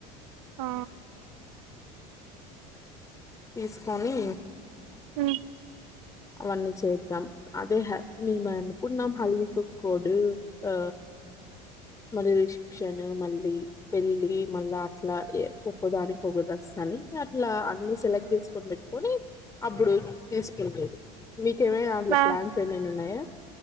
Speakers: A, on the right; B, on the left.
A: ఆ
B: తీసుకోని
A: హ్మ్
B: అవన్నీ చేద్దాం అదే మీ మ పూర్ణ హల్దికు <unintelligible> ఆ మరి క్షన్ మళ్ళీ పెళ్ళి మళ్ళా అట్లా ఒక్కోదానికి ఒ ఒక డ్రెస్ అని అట్లా అన్ని సెలెక్ట్ చేసుకొని పెట్టుకొని అప్పుడు తీసుకునేది కేమే అందులో
A: మ్యా
B: ప్లాన్స్ ఏమనా ఉన్నాయా